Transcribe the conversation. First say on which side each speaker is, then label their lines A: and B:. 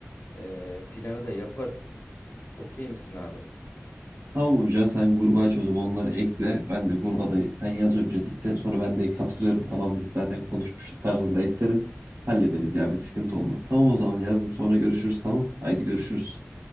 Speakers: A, on the left (about 70°); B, on the right (about 80°).
A: Eee, planı da yaparız. Okey misin abi?
B: tamam hoca sen gruba aç o zaman onları ekle. Ben de gruba da sen yaz öncelikle. Sonra ben de katılıyorum. Tamam biz zaten konuşmuştuk tarzında eklerim. Hallederiz ya bir sıkıntı olmaz. Tamam o zaman yazdım sonra görüşürüz tamam. Haydi görüşürüz.